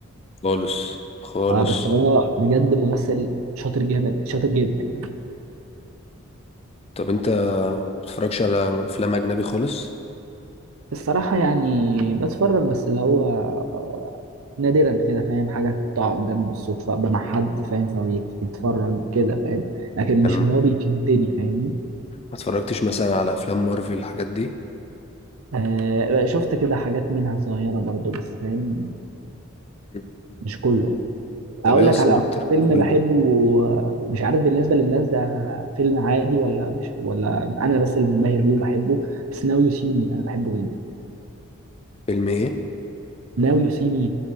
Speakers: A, on the left; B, on the right.
A: خالص خالص
B: اه بس هو بجد ممثل شاطر جامد شاطر جدا يعني
A: طب أنت ما بتتفرجش على أفلام أجنبي خالص؟
B: الصراحه يعني بتفرج بس اللي هو آه، نادرا كده فاهم حاجه تقع قدامي بالصدفه ابقى مع حد فاهم فبيتفرج كده فاهم لكن
A: أنا
B: مش
A: ما
B: اللي هو بيشدني فاهمني
A: اتفرجتش مثلا على أفلام مارفل الحاجات دي
B: آه شفت كده حاجات منها صغيره برضه بس فاهم
A: مم.
B: مش كله اقول
A: طب إيه
B: لك
A: أصلا
B: على اكتر
A: أكتر
B: فيلم
A: قول
B: بحبه
A: لي
B: آه، مش عارف بالنسبه للناس ده فيلم عادي ولا مش ولا انا بس اللي منبهر بيه وبحبه بس ناو يو سي مي انا بحبه جدا
A: فيلم إيه؟
B: ناو يو سي مي